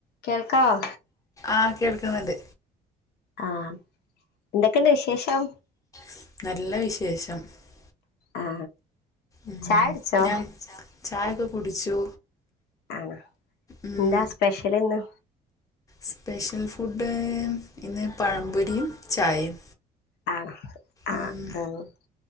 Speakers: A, on the left; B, on the left.
A: കേൾക്കാവോ
B: ആ കേൾക്കുന്നുണ്ട്
A: ആഹ എന്തൊക്കെയണ്ട് വിശേഷം
B: <inaudible>
A: ആ
B: ഉം
A: ചായട്ച്ചോ
B: ഞാൻ ചായൊക്കെ കുടിച്ചു
A: ആണോ
B: ഉം
A: എന്താ സ്പെഷ്യൽ ഇന്ന്
B: സ്പെഷ്യൽ ഫുഡ് ഇന്ന് പഴംപൊരിയും ചായയും
A: ആഹ് ആ
B: ഉം
A: <unintelligible>